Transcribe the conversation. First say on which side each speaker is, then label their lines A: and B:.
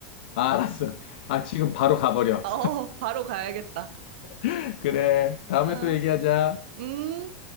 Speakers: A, on the left; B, on the right.
A: 알았어. 아, 지금 바로 가버려.
B: 어, 바로 가야겠다.
A: <laughs> 그래. 다음에
B: 아,
A: 또 얘기하자.
B: 음.